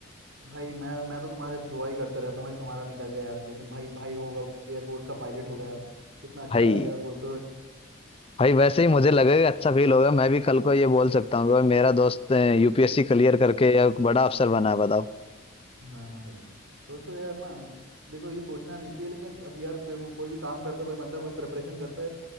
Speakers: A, on the right; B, on the left.
A: भाई मैं मैं तो तुम्हारे दुआ ही करता रहता हूँ भाई तुम्हारा निकल जाए यार लेकिन भाई भाई होगा एयरफोर्स का पायलट होगा यार कितना अच्छा
B: भाई
A: लगेगा बोलते हुए
B: भाई वैसे ही मुझे लगेगा अच्छा फील होगा मैं भी कल को ये बोल सकता हूँ कि भाई मेरा दोस्त यूपीएससी clear करके या बड़ा अफसर बना है बताओ
A: हाँ है सोचो यार ना देखो ये सोचना नहीं चाहिए लेकिन अब यार देखो कोई भी काम करता है कोई बंदा कोई प्रिपरेशन करता है